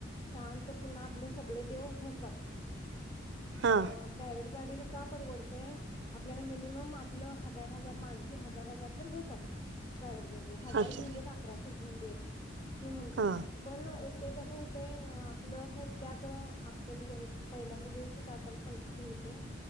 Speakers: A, on the left; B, on the right.
A: शांत पुन्हा आपले सगळे देव होतात.
B: हा
A: अ प्रायवेट गाडीन का परवड तय आपल्याला मिनिमम आपलं हजार हजार माणसी हजार हजार तर घेतात. प्रायवेट <unintelligible> हजार
B: अच्छा
A: घेऊन देत अकराशे ते घिऊन देत. मी म्हणतो
B: हा
A: पण अ ते कसं होतय आपलं खर त्यात अक्कल हे पहिल्यांदा ज्येष्ठ जाताना पंढरपूर हुतय.